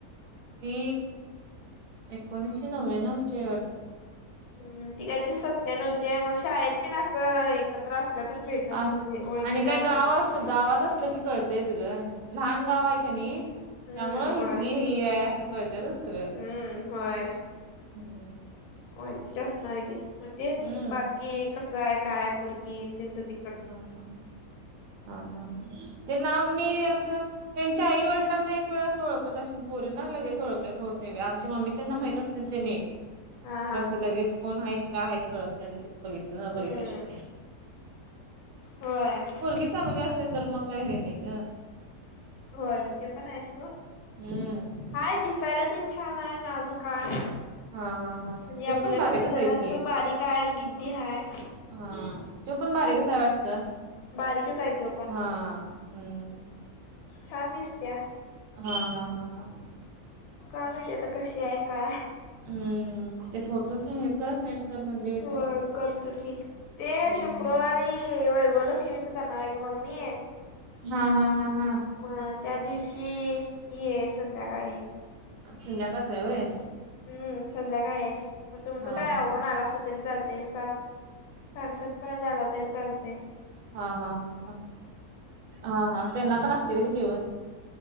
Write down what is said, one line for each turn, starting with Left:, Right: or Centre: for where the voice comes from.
Right: ती एकोणीशे नव्या्नवची हाय वाडत.
Left: हं ती काहीतरी सत्यानवची मग शाळेत तेन असं एकत. त्रासल्या तर भेटच
Right: अस
Left: म्हणजे ओळखीच्या
Right: आणि काय
Left: असनार.
Right: गाव अस गावात असलं की कळतयच ग लहान गाव आहे कनिय त्यामूळ
Left: हम्म
Right: हितली
Left: होय
Right: हाय. हि आहे असं कळत्यात सगळं.
Left: हम्म होय.
Right: हम्म
Left: ओळखीचे असणार कि म्हणजेच
Right: हम्म
Left: बाकी कसं आहे काय पोरगी त्यांचं ते.
Right: ह ह ह हा ह ह ते नाव मी असं. त्यांच्या आई वडलांना एक वेळा असं ओळखत असेन पोरींना लगेच ओळखयचं होत नाही बाई आमच्या मम्मी. त्यांना माहित असतील त्यानि. तर
Left: हा हा
Right: असं लगेच कोण हायेत काय हायेत कळत नाही लगेच बघितल
Left: हम्म
Right: बघितल्याशिवाय.
Left: होय.
Right: पोरगी चांगली असली तर मग काय हे नाही ग.
Left: होय ते पण आहे सोड
Right: हम्म
Left: हाय दिसायला तेन छान आहे नाजूक काय.
Right: हा हा हा
Left: म्हणजे
Right: त्यो
Left: आपल्यापेक्षा
Right: पण बारीकच
Left: जरासं
Right: आहे की
Left: बारीक हाय गिडडी हाय.
Right: हा त्यो पण बारीकच आहे वाटत
Left: बारीकच आहे त्यो पण
Right: हा हम्म.
Left: छान दिसत्या.
Right: हा हा हा हा.
Left: काय माहिति आता कशी आहे काय.
Right: हम्म ते फोटो हे कर सेंड. कर म्हणजे विचारायला
Left: हो
Right: येतंय
Left: करतो की ते शुक्रवारी
Right: हम्म
Left: वैभवलक्ष्मीच करणार आहे ग मम्मी.
Right: हा हा हा हा.
Left: म त्या दिवशी ये संध्याकाळी.
Right: संध्याकाळच आहे वय.
Left: हम्म संध्याकाळी हाय मग तुमचं
Right: हा
Left: काय
Right: हा
Left: आवरून आलासा तरी चालतय सात. साडेसात पर्यंत आला तरी चालतेय.
Right: हा हा ह ह हा हा त्यांना पण असतय होय ते जेवण.